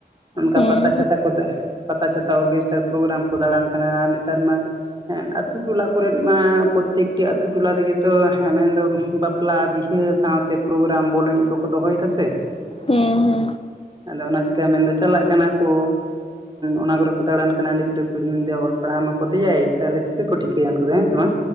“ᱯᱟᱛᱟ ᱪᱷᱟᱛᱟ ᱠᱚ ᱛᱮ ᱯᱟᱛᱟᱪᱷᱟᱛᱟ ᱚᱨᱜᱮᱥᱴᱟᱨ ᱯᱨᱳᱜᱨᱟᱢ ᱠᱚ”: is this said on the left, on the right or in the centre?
Right